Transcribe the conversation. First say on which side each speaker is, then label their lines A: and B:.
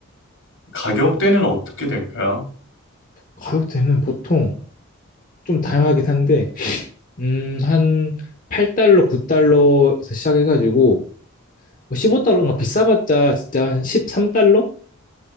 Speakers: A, on the left; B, on the left.
A: 가격대는 어떻게 될까요?
B: 가격대는 보통 좀 다양하긴 한데, 음, 한 8달러, 9달러에서 시작해가지고, 15달러인가 비싸봤자 진짜 한 13달러?